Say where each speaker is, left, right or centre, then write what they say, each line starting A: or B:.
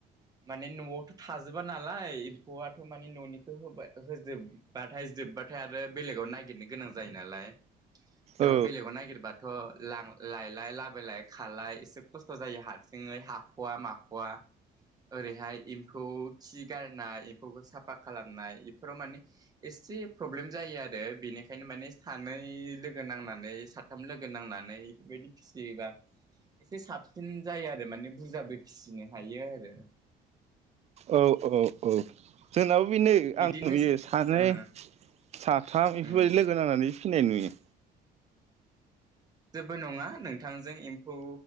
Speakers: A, on the right (about 20°); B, on the right (about 40°).
A: माने नआवथ थाजोबा नालाय फवआथ माने ननिखौ होबा- होजोबबाथाय जोब्बाथाय आरो बेलेगाव नायगिरनो गोनां जायो नालाय थ
B: औ
A: बेलेगाव नायगिरबाथ लां लायलाय लाबोलाय खलाय एसे खस्थ जायो हारसिङै हाखवा माखवा ओरैहाय एम्फौ खि गारनाय बो साफा खालामनाय बेफोराव माने एसे प्रब्लेम जायो आरो बेनिखायनो माने सानै लोगो नांनानै साथाम लोगो नांनानै बेफोरबायदि फिसियोबा एसे साबसिन जायो आरो माने बुरजाबो फिसिनो हायो आरो
B: औ औ औ जोंनाबो बेनो
A: बिदिनो
B: आं नुयो सानै
A: ओ
B: साथाम बेफोरबायदि
A: उम
B: लोगो नांनानै फिनाय नुयो
A: जेबो नङा नोंथांजों एम्फौ